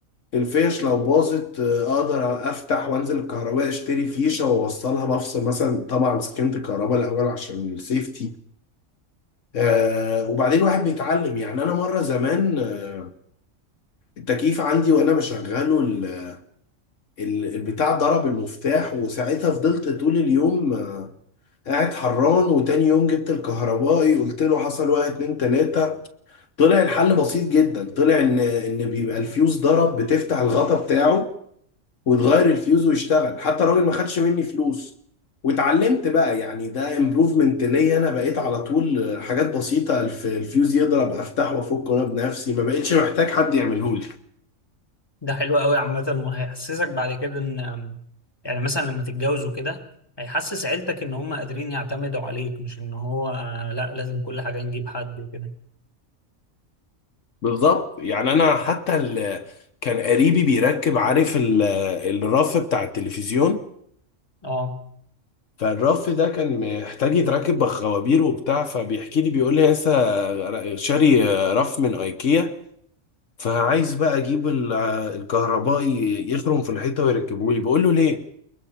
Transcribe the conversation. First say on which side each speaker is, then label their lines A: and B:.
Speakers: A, on the left; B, on the left.
A: الفيش لو باظت آه، اقدر افتح وانزل الكهرباء اشتري فيشه واوصلها بفصل مثلا طبعا سكنت الكهرباء الاول عشان السيفتي آه وبعدين واحد بيتعلم يعني انا مره زمان آه، التكييف عندي وانا بشغله ال- ال- البتاع ضرب المفتاح وساعتها فضلت طول اليوم آه، قاعد حران وتاني يوم جبت الكهربائي قلت له حصل واحد اتنين تلاته طلع الحل بسيط جدا طلع ان ان بيبقى الفيوز ضرب بتفتح الغطا بتاعه وتغير الفيوز ويشتغل حتى الراجل ما خدش مني فلوس واتعلمت بقى يعني ده امبروفمنت ليا انا بقيت على طول حاجات بسيطة الف- الفيوز يضرب افتح وافك انا بنفسي ما بقتش محتاج حد يعمله لي
B: ده حلو قوي عامة وهيحسسك بعد كده ان يعني مثلا لما تتجوز وكده هيحسس عيلتك ان هم قادرين يعتمدوا عليك مش ان هو آه، لا لازم كل حاجة نجيب حد وكده
A: بالظبط يعني انا حتى ال... كان قريبي بيركب عارف ال... الرف بتاع التلفزيون
B: اه
A: فالرف ده كان محتاج يتركب بخوابير وبتاع فبيحكي لي بيقول لي لسه شاري رف من ايكيا فعايز بقى اجيب ال- الكهربائي يخرم في الحيطه ويركبه لي بقول له ليه